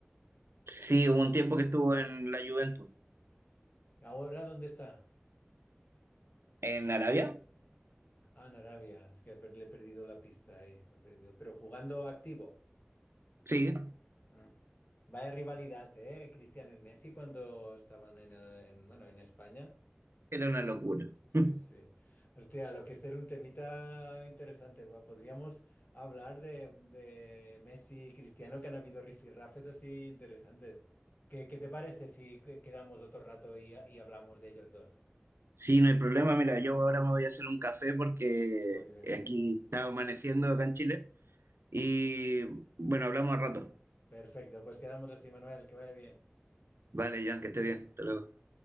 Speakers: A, on the right; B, on the left.
A: Sí, hubo un tiempo que estuvo en la Juventus.
B: Ahora, ¿dónde está?
A: ¿En Arabia?
B: Ah, en Arabia. Es que le he perdido la pista ahí. ha perdido. Pero jugando activo.
A: Sí,
B: Ah. Vaya rivalidad, ¿eh? Cristiano y Messi cuando estaban en, eh, en, bueno, en España.
A: era una locura.
B: Sí,
A: <laughs>
B: sí. Hostia, lo que este era un temita interesante. va, Podríamos hablar de, de Messi y Cristiano, que han habido rifirrafes así interesantes. ¿Qué, qué te parece si que- quedamos otro rato y y hablamos de ellos dos?
A: Sí, no hay problema. Mira, yo ahora me voy a hacer un café porque
B: Muy bien.
A: aquí está amaneciendo acá en Chile. Y bueno, hablamos al rato.
B: Perfecto, pues quedamos así, Manuel, que vaya bien.
A: Vale, Jan, que esté bien. Hasta luego.